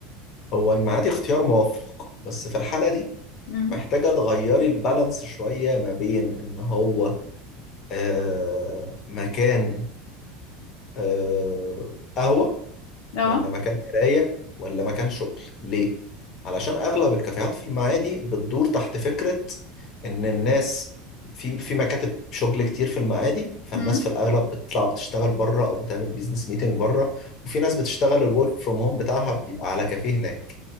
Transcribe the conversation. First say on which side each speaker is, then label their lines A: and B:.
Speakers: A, on the left; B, on the left.
A: هو المعادي اختيار موفق بس في الحالة دي
B: امم
A: محتاجة تغيري البالانس شوية ما بين إن هو آه مكان آه قهوة
B: اه
A: ولا مكان قراية ولا مكان شغل ليه؟ علشان أغلب الكافيهات في المعادي بتدور تحت فكرة إن الناس في في مكاتب شغل كتير في المعادي فالناس
B: امم
A: في الأغلب بتطلع بتشتغل بره أو بتعمل بيزنس ميتنج بره وفي ناس بتشتغل الورك فروم هوم بتاعها بيبقى على كافيه هناك